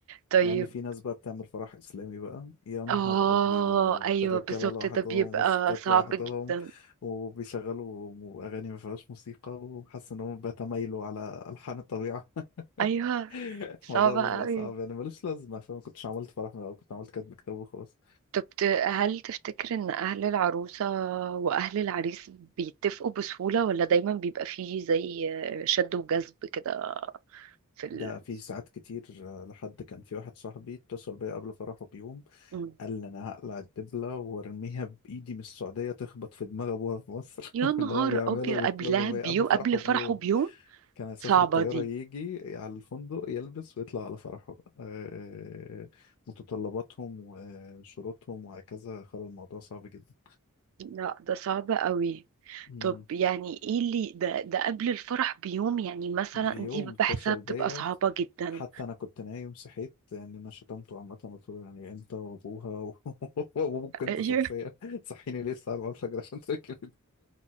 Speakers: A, on the right (about 65°); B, on the left (about 75°).
A: طيب
B: مع إن في ناس بقى بتعمل فرح إسلامي بقى يا نهار
A: اه
B: أبيض
A: ايوه
B: ده الرجالة
A: بالظبط
B: لوحدهم
A: ده بيبقى
B: والستات
A: صعب
B: لوحدهم
A: جدا
B: وبيشغلوا م- أغاني ما فيهاش موسيقى وحاسس إن هم بيتمايلوا على ألحان الطبيعة
A: ايوه
B: <laughs>
A: صعب
B: الموضوع
A: قوي
B: بيبقى صعب يعني ملوش لازمة فما كنتش عملت فرح من الأول كنت عملت كاتب كتاب وخلاص
A: طب ت- هل تفتكر ان اهل العروسة واهل العريس بيتفقوا بسهولة ولا دايما بيبقى فيه زي شد وجذب كده في ال...
B: ده في ساعات كتير آه، لحد كان في واحد صاحبي اتصل بيا قبل فرحه بيوم
A: مم.
B: قال لي انا هقلع الدبله وارميها بايدي من السعوديه تخبط في دماغ ابوها في مصر
A: يا
B: <laughs>
A: نهار
B: اللي هو بيعمله
A: ابيض
B: وبيطلبه
A: قبلها بيوم
B: بيه قبل فرحه
A: قبل فرحه
B: بيوم
A: بيوم
B: كان هيسافر
A: صعبة
B: الطياره
A: دي
B: يجي على الفندق يلبس ويطلع على فرحه آه، آه، آه، متطلباتهم وشروطهم وهكذا خلى الموضوع صعب جدا
A: لا ده صعب قوي
B: مم.
A: طب يعني ايه اللي ده ده قبل الفرح بيوم يعني مثلا
B: بيوم
A: دي بحسها
B: اتصل
A: بتبقى
B: بيا
A: صعبة جدا
B: حتى انا كنت نايم صحيت يعني انا شتمته عامه قلت له يعني انت وابوها و- <laughs> وابوك انت
A: ايوه
B: شخصيا صحيني ليه الساعه 4 الفجر عشان تركب